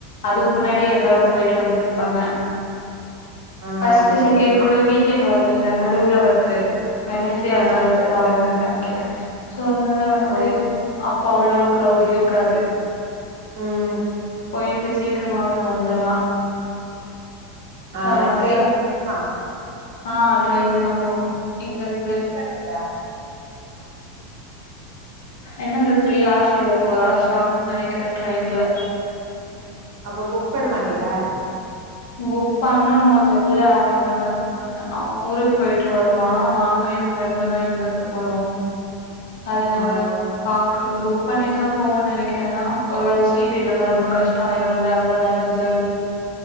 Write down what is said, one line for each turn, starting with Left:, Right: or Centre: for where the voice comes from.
Left: அதுக்கு முன்னாடியே
Right: ம்
Left: எல்லாரு போயிட்டு வந்துட்டு இருப்பாங்க
Right: ஆ
Left: ஃபர்ஸ்டு
Right: ஓகே
Left: செகண்ட் கூட வீக்எண்ட் வரலல்ல நடுவுல வருது வெனஸ்டே ஆர்
Right: ஆ
Left: தேஸ் டேல வருதுனு நெனக்கிறே சோ அதனால வந்துட்டு
Right: ஓ
Left: அப்ப அவ்ளோவா கிரௌட் இருக்காது
Right: ம்
Left: போயிட்டு சீக்கிரமாவே வந்தர்லா
Right: ஆ
Left: அதனால
Right: ட்ரெயின் டிக்கெட்லாம்
Left: ஆ ட்ரெயின்ல தா போணு இங்க இருந்து
Right: பண்ணிட்டா
Left: என்ன ஒரு த்ரீ ஆவர்ஸ் போர ஆவர்ஸ் ஆகும்ன்னு நெனக்கிறே ட்ரெயின்ல
Right: அப்ப புக் பண்ண மாட்டியா
Left: புக் பண்ணுவனு தெரில அவ என்ன பண்ணுவானு அவ ஊருக்கு போயிட்டு வருவா நானு என் ஃப்ரெண்டு தா இங்க இருந்து போறோ அதனால
Right: ஆ
Left: பாக்கனு புக் பண்ணிட்டு தா போவோன்னு நெனக்கிறே ஏனா ஒரு வேல சீ்ட் இல்லன்னா ரொம்ப கஷ் ஆயிரு இல்ல அவ்ளோ நேரம் ஜர்னி